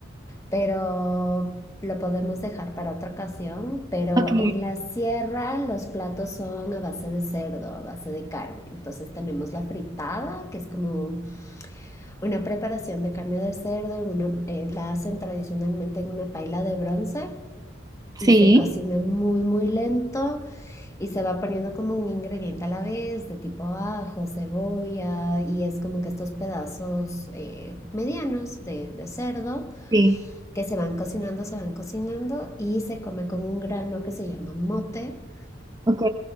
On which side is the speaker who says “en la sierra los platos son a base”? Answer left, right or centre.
Left